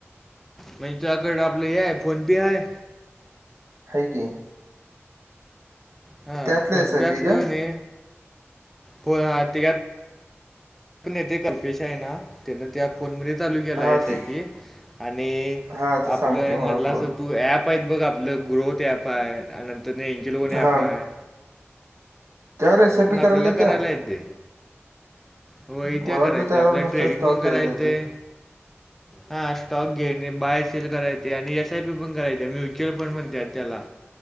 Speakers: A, in the centre; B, on the right.
A: म्हणजे त्याकड आपलं हे हाय, फोन पे हाय?
B: हाय की.
A: हा
B: त्यातलं
A: फोन
B: एस आय
A: पे असल
B: पी काय
A: कणी, फोन ते तेज्यात. नेते कल्पेश आहे ना, त्येन त्या फोन मध्ये चालू केलाय
B: हा
A: एस आय
B: ते
A: पी. आणि
B: हा ते सांगते
A: आपलं
B: मला
A: म्हणलं
B: सोड
A: असेल तू ऍप पैप कापल ग्रोथ ऍप आहे आणि नंतरन यांची लोन ऍप
B: हा
A: आहे.
B: त्यावर एस आय
A: पण
B: पी
A: आपल्याला करायला
B: त्या
A: येते. हो
B: मला
A: येत्या करायच
B: वाटलं त्यावर
A: आपल्या
B: नुसतं
A: ट्रेडिंग
B: स्टॉक
A: पण करायचंय.
B: घ्यायचा आहे ते
A: हा स्टॉक घेणे बाय सेल करायचे आणि एस आय पी पण करायचे म्युच्युअल फंड म्हणत्यात त्याला